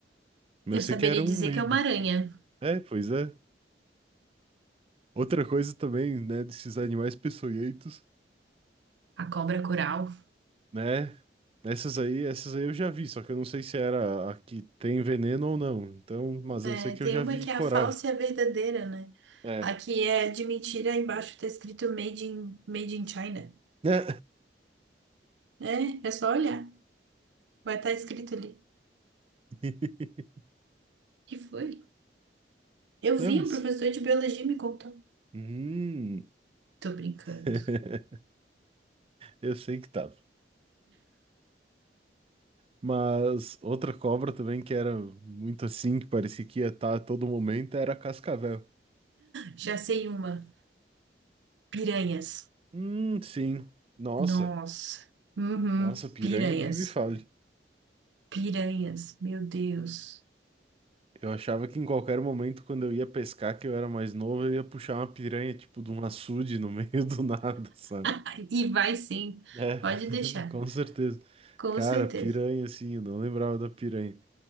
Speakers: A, on the right; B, on the right.
A: Mas
B: Eu
A: eu sei
B: saberia
A: que era um
B: dizer
A: medo.
B: que é uma aranha.
A: É, pois é. Outra coisa também, né, desses animais peçonhentos.
B: A cobra coral.
A: né? Essas aí, essas aí eu já vi, só que eu não sei se era a que tem veneno ou não. Então, mas
B: É,
A: eu sei que
B: tem
A: eu já
B: uma
A: vi
B: que
A: coral.
B: é a falsa e a verdadeira, né?
A: É.
B: A que é de mentira, embaixo tá escrito Made in, Made in China.
A: Né?
B: É, é só olhar. Vai estar escrito ali.
A: <laughs>
B: Que foi? Eu
A: Nossa.
B: vi, um professor de biologia me contou.
A: Hum.
B: Tô brincando.
A: <laughs> Eu sei que tava. Mas outra cobra também que era muito assim, que parecia que ia estar a todo momento, era a cascavel.
B: Já sei uma. Piranhas.
A: Hum, sim. Nossa,
B: Nossa. Uhum.
A: nossa, piranha
B: Piranhas.
A: nem me fala.
B: Piranhas. Meu Deus.
A: Eu achava que em qualquer momento, quando eu ia pescar, que eu era mais novo, eu ia puxar uma piranha, tipo, de um açude no <laughs> meio do nada, sabe?
B: Ai, E vai sim.
A: É,
B: Pode
A: <laughs>
B: deixar.
A: com certeza.
B: Com
A: Cara,
B: certeza.
A: piranha, assim, eu não lembrava da piranha.